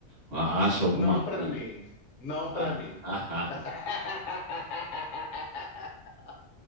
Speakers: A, on the right (about 80°); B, on the left (about 70°).
A: A- Acha alguma
B: Não
A: coisa?
B: pra mim. Não
A: Ah,
B: pra mim.
A: <laughs> ah,
B: <laughs>
A: ah.